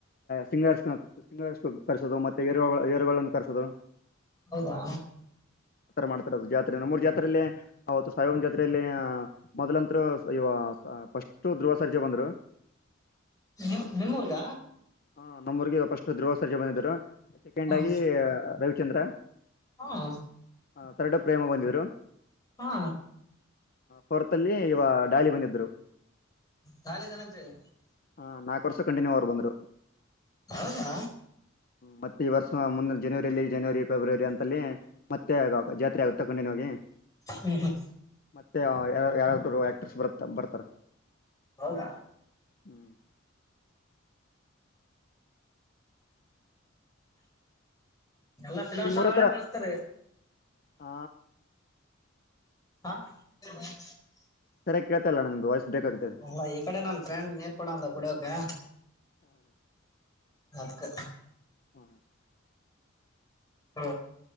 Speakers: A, on the left; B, on the left.
A: ಸಿಂಗಸ್ ಸಿಂಗ ಕರೆಸೋದು ಮತ್ತೆ ರು ಏರುಗಳನ್ನು ಕರೆಸೋದು
B: ಹೌದಾ
A: ಮಾಡುತಿರದು ನಮ್ಮೂರು ಜಾತ್ರೆಯಲ್ಲಿ ಅವತ್ತು ಸಾಯಿಬ ಜಾತ್ರೆಯಲ್ಲಿ ಮೊದ್ಲಂತರು ಇ ಫಸ್ಟ್ ಧ್ರುವ ಸರ್ಜ ಬಂದ್ರು
B: ನೀ ನಿಮ್ಮೂರ್ಗ
A: ಹ ನಮ್ಮ್ಊರಿಗೆ ಫಸ್ಟ್ ಧ್ರುವ ಸರ್ಜ ಇದ್ರು ಸೆಕೆಂಡ್
B: ಹ
A: ಆಗಿ ರವಿ ಚಂದ್ರ
B: ಹಾ
A: ಹ ತರಡು ಪ್ರೇಮ ಬಂದಿದ್ರು
B: ಹಾ
A: ಹೊರತಲ್ಲಿ ಇವ ಡಾಲಿ ಬಂದಿದ್ರು
B: ಡಾಲಿ ಧನಂಜಯ್
A: ಹಾ ನಾಲ್ಕ ವರ್ಷಕ್ಕ ಕಂಟಿನ್ಯೂ ಅವರು ಬಂದರು
B: ಹೌದಾ
A: ಮತ್ತೆ ಈ ವರ್ಷ ಮುಂದಿನ ಜನವರಿಯಲ್ಲಿ ಜನವರಿ ಫೆಬ್ರವರಿ ಅಂತಲ್ಲಿ ಮತ್ತೆ ಆಗಾಗ ಜಾತ್ರೆ ಆಗುತ್ತೆ ತಗೊಂಡಿನಿ ಹೋಗಿ
B: ಹ್ಮ್ ಹ್ಮ್
A: ಮತ್ತೆ ಯಾರ ಯಾರಾದರೂ ಆಕ್ಟ್ರಸ್ ಬರ್ತ ಬರ್ತಾರ
B: ಹೌದ
A: ಹ್ಮ <inaudible>
B: ಎಲ್ಲ ಫಿಲಮ್
A: ನಿಮ್ಮೂರ
B: ಸ್ಟಾರ್ಗಳೇ
A: ಹತ್ರ
B: ಕಳಸ್ತಾರೆ
A: ಹ
B: ಹಾ <unintelligible>
A: ಸರಿಯಾಗಿ ಕೇಳ್ತಲ್ಲ ನಿಮ್ದು ವಾಯ್ಸ್ ಬ್ರೇಕ್ ಆಗ್ತದೆ
B: ಅಲ್ಲ ಈ ಕಡೆ ನನ್ ಫ್ರೆಂಡ್ ನೀರ್ ಕೊಡ ಅಂದ ಕುಡಿಯೋಕೆ ಅದಕ್ಕ
A: <unintelligible>
B: ಹ